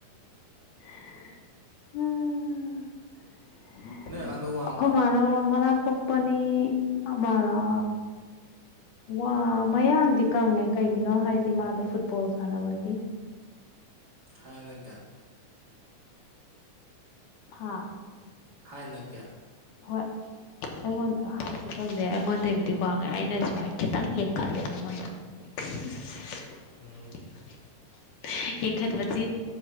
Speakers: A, on the left; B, on the right.
A: <unintelligible>
B: ꯅꯣꯏ ꯑꯉꯥꯡꯗꯣ ꯋꯥꯡꯕ꯭ꯔꯣ
A: ꯑꯈꯣꯢ ꯃꯥꯅ ꯃꯔꯣꯟꯃ ꯅꯈꯣꯛꯄꯅꯤ ꯑꯃꯔꯥ ꯋꯥ ꯃꯌꯥꯡꯗꯤ ꯀꯪꯉꯦ ꯀꯩꯒꯤꯅꯣ ꯍꯥꯏꯗꯤ ꯃꯥꯗꯣ ꯐꯨꯠꯕꯣꯜ ꯁꯥꯟꯅꯕꯒꯤ
B: ꯍꯥꯏꯔꯒꯦ
A: ꯍꯥꯥ
B: ꯍꯥꯏꯅ ꯀꯦ
A: ꯍꯣꯏ ꯑꯩꯉꯣꯟꯗ ꯍꯥꯏꯁꯨ ꯈꯪꯗꯦ ꯑꯩꯉꯣꯟꯗꯩꯕꯨꯗꯤ ꯋꯥꯡꯉꯦ ꯑꯩꯅ ꯁꯨꯃꯥꯏꯅ ꯈꯤꯇꯪ ꯌꯦꯡꯈꯠꯂꯦ ꯃꯉꯣꯟꯗ <unintelligible>
B: ꯎꯝ
A: <unintelligible> ꯌꯦꯡꯈꯠꯄꯕꯁꯤ